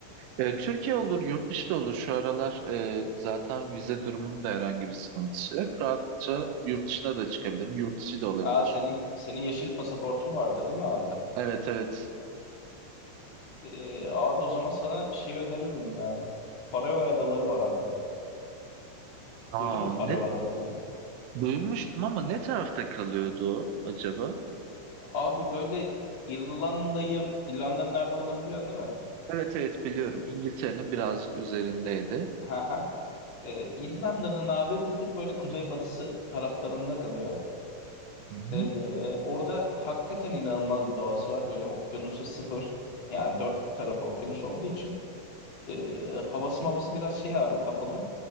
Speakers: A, on the right; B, on the left.
A: E, Türkiye olur, yurt dışı da olur. Şu aralar e, zaten vize durumunun da herhangi bir sıkıntısı yok. Rahatça yurt dışına da çıkabilirim. Yurt içi de olabilir.
B: Aa senin senin yeşil pasaportun vardı değil mi abi?
A: Evet, evet.
B: Ee, abi o zaman sana şey öneririm ya. Faroe Adaları var abi.
A: Aa,
B: Duydun mu Faroe
A: ne
B: Adalarını?
A: duymuştum ama ne tarafta kalıyordu o acaba?
B: Abi böyle İrlanda'yı, İrlanda'nın nerede olduğunu biliyorsun değil mi?
A: Evet evet biliyorum. İngiltere'nin birazcık üzerindeydi.
B: Ha ha. Ee, İrlanda'nın abi bir tık böyle kuzeybatısı taraflarında kalıyor.
A: Hı hı.
B: Ee, orada hakikaten inanılmaz bir doğası var. Böyle okyanusu sıfır. Yani dört tarafı okyanus olduğu için ee, havası mavası biraz şey abi kapalı.